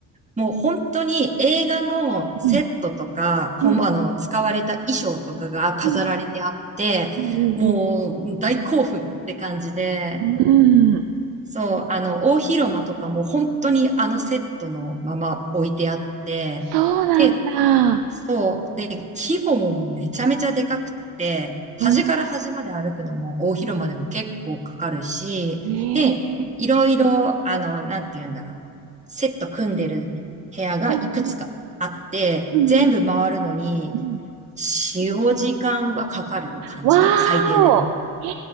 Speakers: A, on the right (about 15°); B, on the right (about 70°).
A: もう本当に映画のセットとか、
B: うん
A: こうあの、
B: うん
A: 使われた衣装とかが飾られてあって、
B: うんうんうん
A: もう大興奮って感じで、
B: うんうん。うん。
A: そう、あの、大広間とかも本当にあのセットのまま置いてあって、
B: そうなんだ。
A: で、そう、で、規模もめちゃめちゃでかくて、端から端まで歩くのも大広間でも結構かかるし、
B: うん。え
A: で、
B: ー。
A: いろいろ、あの、なんて言うんだろう、セット組んでる部屋がいくつかあって、
B: うんうんうんうん
A: 全部回るのに
B: うん。
A: 使用時間はかかる感じ、
B: わーお。
A: 最低でも。
B: えー、